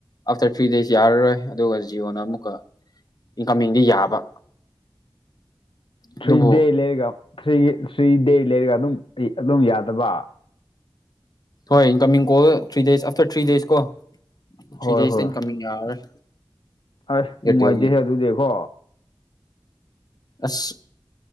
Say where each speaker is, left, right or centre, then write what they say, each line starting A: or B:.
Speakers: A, on the left; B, on the left.
A: ꯑꯥꯐꯇꯔ ꯊ꯭ꯔꯤ ꯗꯦꯖ ꯌꯥꯔꯔꯣꯏ ꯑꯗꯨꯒ ꯖꯤꯌꯣꯅ ꯑꯃꯨꯛꯀ ꯏꯟꯀꯝꯃꯤꯡꯗꯤ ꯌꯥꯕ
B: ꯊ꯭ꯔꯤ
A: ꯑꯗꯨꯕꯨ
B: ꯗꯦ ꯂꯩꯔꯒ ꯊ꯭ꯔꯤ ꯊ꯭ꯔꯤ ꯗꯦ ꯂꯩꯔꯒ ꯑꯗꯨꯝ ꯑꯗꯨꯝ ꯌꯥꯗꯕ
A: ꯍꯣꯏ incoming call three days after three days ꯀꯣ
B: ꯍꯣꯏ
A: ꯊ꯭ꯔꯤ ꯗꯦꯖꯇ
B: ꯍꯣꯏ
A: ꯏꯟꯀꯝꯃꯤꯡ ꯌꯥꯔꯔꯣꯏ
B: ꯑꯁ
A: ꯑꯦꯌꯥꯔꯇꯦꯜꯒꯤ
B: ꯅꯨꯡꯉꯥꯏꯇꯦꯍꯦ ꯑꯗꯨꯗꯤꯀꯣ
A: ꯑꯁ